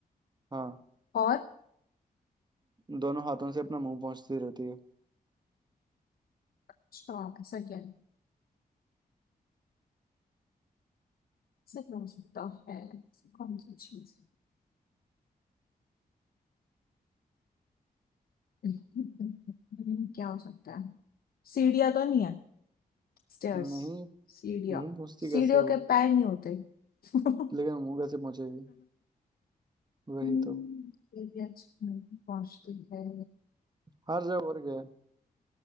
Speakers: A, on the right (about 25°); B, on the left (about 70°).
A: हाँ
B: और
A: दोनों हाथों से अपना मुंह पहुंचती रहती है
B: अच्छा ऐसा क्या है ऐसा क्या हो सकता है ऐसी कौन सी चीज है <laughs> क्या हो सकता है सीढ़ियाँ तो नहीं है स्टेयर्स
A: नहीं
B: सीढ़ियाँ
A: मुंह पहुंचती
B: सीढ़ियों
A: कैसे है वो
B: के पैर नहीं होते <laughs>
A: लेकिन मुंह कैसे पहुंचेगी वही
B: हम्म,
A: तो
B: ये भी अच्छा नहीं पहुंचती है
A: हार जाओ और क्या है?